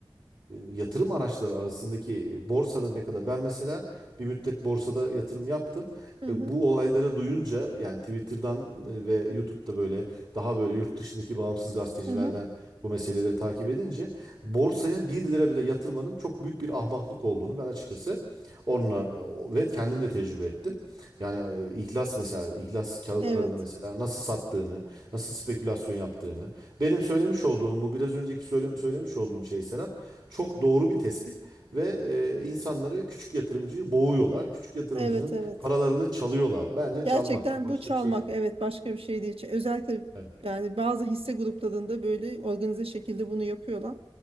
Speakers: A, on the right; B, on the right.
A: yatırım araçları arasındaki borsanın ne kadar ben mesela bir müddet borsada yatırım yaptım.
B: Hı hı.
A: E, bu olayları duyunca yani Twitter'dan e, ve YouTube'da böyle daha böyle yurt dışındaki bağımsız gazetecilerden
B: Hı hı.
A: bu meseleleri takip edince borsaya bir lira bile yatırmanın çok büyük bir ahmaklık olduğunu ben açıkçası onlar ve kendim de tecrübe ettim. Yani e, İhlas mesela İhlas kağıtlarını
B: Evet.
A: mesela nasıl sattığını, nasıl spekülasyon yaptığını. Benim söylemiş olduğum bu biraz önceki söyle- söylemiş olduğum şey Serap çok doğru bir tespit ve e, insanları küçük yatırımcıyı boğuyorlar. Küçük yatırımcının
B: Evet, evet.
A: paralarını çalıyorlar. Bence çalmak
B: Gerçekten
A: bu başka
B: bu çalmak
A: bir şey değil.
B: evet başka bir şey değil. Özellikle
A: Evet,
B: yani bazı hisse gruplarında böyle organize şekilde bunu yapıyorlar.